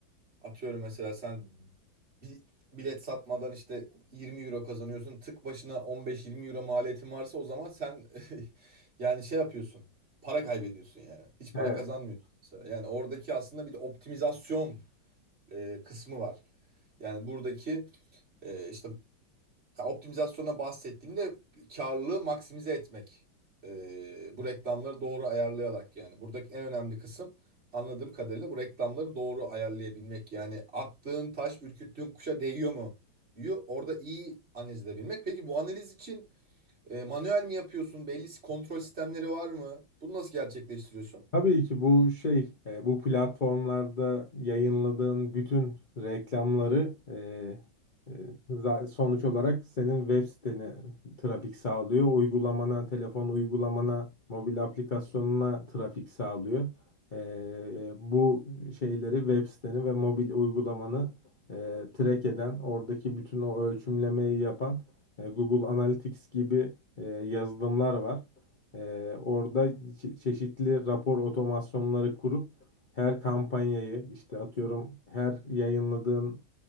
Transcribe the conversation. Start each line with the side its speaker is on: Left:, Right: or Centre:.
Right: atıyorum mesela sen bir bilet satmadan işte 20 euro kazanıyorsun. Tık başına 15-20 euro maliyetin varsa o zaman sen <laughs> yani şey yapıyorsun. Para kaybediyorsun yani. Hiç para
Left: Evet.
Right: kazanmıyorsun mesela. Yani oradaki aslında bir de optimizasyon e, kısmı var. Yani buradaki e, işte ya optimizasyona bahsettiğimde karlılığı maksimize etmek. Ee, bu reklamları doğru ayarlayarak yani. Buradaki en önemli kısım anladığım kadarıyla bu reklamları doğru ayarlayabilmek. Yani attığın taş ürküttüğün kuşa değiyor mu? Yu orada iyi analiz edebilmek. Peki bu analiz için e, manuel mi yapıyorsun? Belli si-, kontrol sistemleri var mı? Bunu nasıl gerçekleştiriyorsun?
Left: Tabii ki bu şey, e, bu platformlarda yayınladığın bütün reklamları e, e, za- sonuç olarak senin web sitene trafik sağlıyor. Uygulamana, telefon uygulamana, mobil aplikasyonuna trafik sağlıyor. E, bu şeyleri web siteni ve mobil uygulamanı e, track eden, oradaki bütün o ölçümlemeyi yapan e, Google Analytics gibi e, yazılımlar var. Ee, orada çe- çeşitli rapor otomasyonları kurup her kampanyayı işte atıyorum her yayınladığın